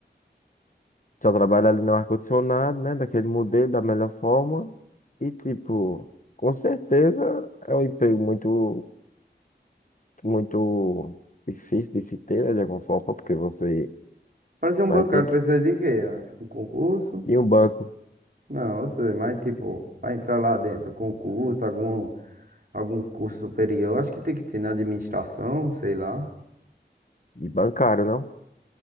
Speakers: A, on the left (about 45°); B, on the right (about 50°).
A: Só trabalha ali no ar-condicionado, né? Daquele modelo, da melhor forma. E tipo, com certeza é um emprego muito. muito difícil de se ter, né, de alguma forma, porque você
B: Pra ser um
A: vai
B: bancário
A: ter que
B: precisa de quê? Acho, Um concurso?
A: ir em um banco
B: Não, eu sei, mas tipo, pra entrar lá dentro, concurso, algum, algum curso superior, acho que tem que ter na administração, sei lá.
A: e bancário, não?